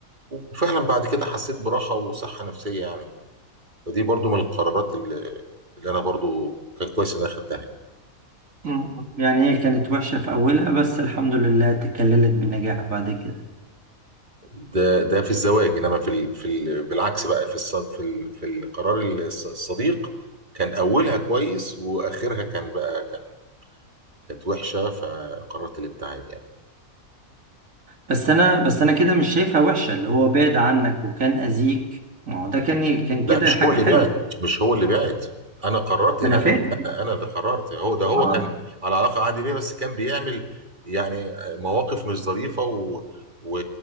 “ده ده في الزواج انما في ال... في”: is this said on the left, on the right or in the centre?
Right